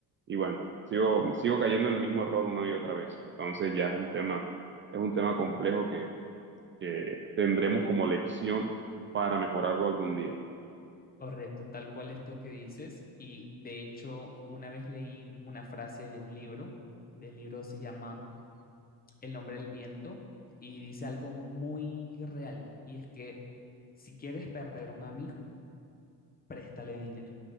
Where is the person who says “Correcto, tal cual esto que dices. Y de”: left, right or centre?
Left